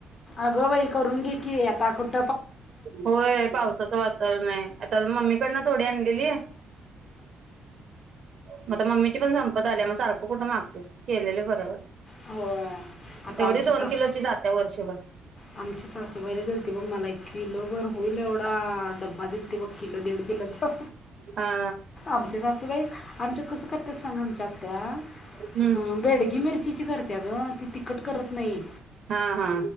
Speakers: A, on the left; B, on the right.
A: अगंबाई करून घे की त्याक <unintelligible>
B: होय पावसाचं वातावरण आहे आता मम्मी तिकडन थोडी आणलेली. म आता मम्मीची पण सं आल्या म सारख कुठ मागतेस केलेले बर.
A: हो आता
B: एवढी
A: आमच्या
B: दोन
A: सासू
B: किलोची जात्या वर्षभर.
A: आमची सासूबाईन दिलती बघ मला‌ एक किलो भर होईल एवढा डब्बा दिलती बघ किलो देड किलोच
B: हा
A: आमची सासूबाई आमंच्यात कसं काय सांग आमच्या आत्या
B: हम्म
A: बेडगी मिरची ची करत्या ग ती तिखट करत नाही.
B: हा हा